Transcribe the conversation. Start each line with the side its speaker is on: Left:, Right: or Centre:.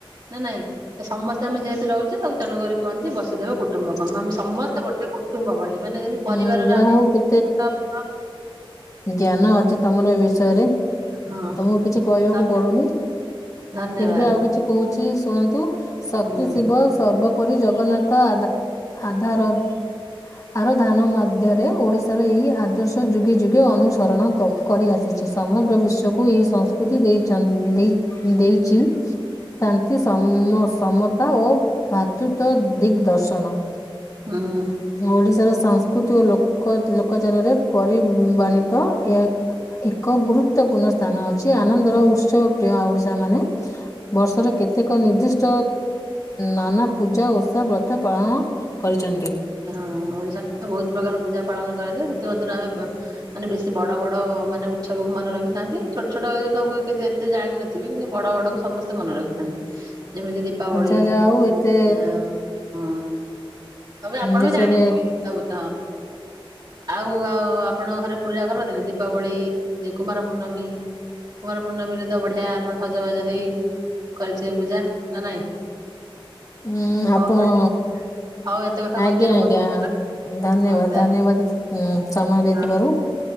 Right: ନା ନାଇଁ ତ ସମସ୍ତେ ଆମେ ଯେହେତୁ ରହୁଛେ ତାକୁ ତେଣୁକରି କୁହନ୍ତି ବସଧୈବ କୁଟୁମ୍ବକମ୍ ଆମେ ସମସ୍ତେ ଗୋଟେ କୁଟୁମ୍ବ ଭଳି ମାନେ ଯେମିତି ପରିବାରରେ
Left: ହୁଁ ଯାହା
Right: ଆମେ
Left: ହଉ କି
Right: ଛୋଟ ବଡ
Left: ଜ୍ଞାନ ଅଜ ତମର ଏ ବିଷୟରେ
Right: ହଁ
Left: ତମକୁ କିଛି କହିବାକୁ
Right: ଧନ୍ୟବାଦ
Left: ପଡୁନି
Right: ଧନ୍ୟବାଦ
Left: ଫିର୍ରବି ଆଉ କିଛି କହୁଛି କି ଶୁଣନ୍ତୁ ଶକ୍ତି
Right: ହୁଁ
Left: ଶିବ ସର୍ବ ପରି ଜଗନ୍ନାଥ ଆଧା ଆଧାର ଆର ଧାନ ମାଧ୍ୟରେ ଓଡିଶାର ଏହି ଆଦର୍ଶ ଯୁଗେ ଯୁଗେ ଅନୁ ଧରଣ କ-କରିଆସିଚି ସମଗ୍ର ବିଶ୍ୱକୁ ଏହି ସଂସ୍କୃତି ଦେଇ ଚନ୍ ଦେଇ ଦେଇଚି ଶାନ୍ତି ସମ ସମତା ଓ ଭ୍ରାତୃତ୍ୱ ଦିଗ୍ଦର୍ଶନ।
Right: ହୁଁ।
Left: ଓଡିଶାର ସଂସ୍କୃତି ଓ ଲୋକ ଲୋକଚରରେ ପରିଵାଣିତ ଏହା ଏକ ଗୁରୁତ୍ୱପୂର୍ଣ୍ଣ ସ୍ଥାନ ଅଛି ଆନନ୍ଦର ଉତ୍ସବ ପ୍ରିୟ ଓଡିଶା ମାନେ ବର୍ଷରେ କେତେକ ନିର୍ଦ୍ଦିଷ୍ଟ ନାନା ପୂଜା, ଓଷା, ବ୍ରତ ପାଳନ କରିଚନ୍ତି।
Right: ହ ଓଡିଶା ବହୁତ ପ୍ରକାର ପୂଜା ପାଳନ କରାଯାଏ । ସେଥିମଧ୍ୟରୁ ଆମେ ମାନେ ବେଶୀ ବଡ ବଡ ମାନେ ଉତ୍ସବକୁ ମନେ ରଖିଥାନ୍ତି ଛୋଟ ଛୋଟ ତାକୁ ଏତେ ଜାଣିନଥିବେ କିନ୍ତୁ ବଡ ବଡକୁ ସମସ୍ତେ ମନେ ରଖିଥାନ୍ତି। ଯେମିତି ଦୀପାବଳି
Left: ଆଚ୍ଛା ଯାହା ହଉ ଏତେ
Right: ଆ ହଁ ସବୁ ଆପଣ
Left: ବିଷୟରେ
Right: ବି ଜାଣିଥିବେ ସବୁ ହଁ ଆଉ ଆଉ ଆପଣଙ୍କ ଘରେ ପୂଜା କରନ୍ତିିନୀ ଦୀପାବଳି ଯେ କୁମାର ପୂର୍ଣ୍ଣମୀ କୁମାର ପୂର୍ଣ୍ଣମୀରେ ତ ବଢିଆ ଆପଣ ସଜବାଜ ହେଇ କରିଥିବେ ପୂଜା ନା ନାଇଁ?
Left: ହୁଁ
Right: ହଉ
Left: ଆପଣ
Right: ତାହେଲେ ହଉ ଏତେ କଥା
Left: ଆଜ୍ଞା
Right: କହିଥିଵାରୁ ବହୁତ
Left: ଆଜ୍ଞା
Right: ଧନ୍ୟବାଦ।
Left: ଧନ୍ୟବାଦ
Right: ହଉ
Left: ଧନ୍ୟବାଦ ସମୟ
Right: ତାହେଲେ
Left: ଦେଇଥିଵାରୁ।